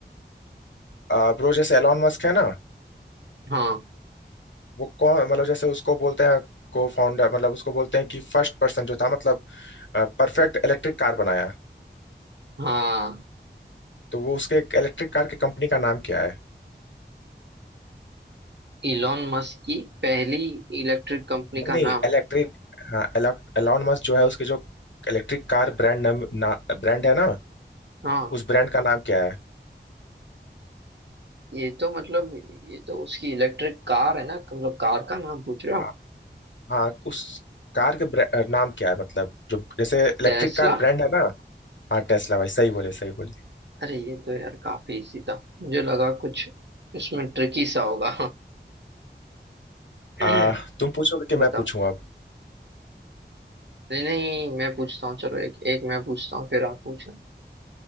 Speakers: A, on the left (about 85°); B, on the right (about 70°).
A: आ, ब्रो जैसे एलॉन मस्क है ना
B: हाँ
A: वो कौन मतलब जैसे उसको बोलते हैं को फाउंडर मतलब उसको बोलते हैं कि फर्स्ट पर्सन जो था मतलब परफेक्ट इलेक्ट्रिक कार बनाया
B: हाँ
A: तो वो उसके इलेक्ट्रिक कार की कंपनी का नाम क्या है
B: इलॉन मस्क की पहली इलेक्ट्रिक कंपनी
A: नहीं
B: का
A: नहीं
B: नाम
A: इलेक्ट्रिक हाँ एलॉन मस्क जो है उसके जो इलेक्ट्रिक कार ब्रांड नाम ना, ब्रांड है ना
B: हाँ
A: उस ब्रांड का नाम क्या है
B: ये तो मतलब ये तो उसकी इलेक्ट्रिक कार है ना मतलब कार का नाम पूछ रहे हो
A: हाँ
B: आप?
A: हाँ उस कार के ब्रा- नाम क्या है मतलब जो जैसे इलेक्ट्रिक
B: टेस्ला
A: कार ब्रांड है ना हाँ टेस्ला भाई सही बोले सही बोले
B: अरे ये तो यार काफी इजी था मुझे लगा कुछ इसमें ट्रिकी सा होगा <clears throat>
A: आ, तुम पूछोगे कि
B: बताओ
A: मैं पूछूं अब
B: नहीं नहीं मैं पूछता हूँ चलो एक एक मैं पूछता हूँ फिर आप पूछना